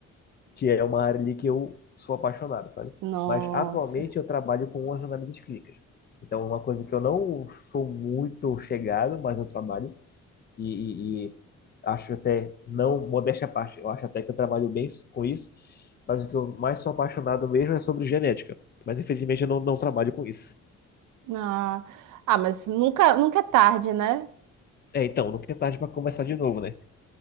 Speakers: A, on the left (about 35°); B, on the right (about 80°).
A: que é uma área ali que eu sou apaixonado, sabe?
B: Nossa.
A: Mas atualmente eu trabalho com as análises clínicas. Então, é uma coisa que eu não sou muito chegado, mas eu trabalho e, e- e acho até, não, modéstia à parte, eu acho até que eu trabalho bem com isso, mas o que eu mais sou apaixonado mesmo é sobre genética. Mas infelizmente eu não, não trabalho com isso.
B: Ah, ah, mas nunca, nunca é tarde, né?
A: É, então, nunca é tarde para começar de novo, né?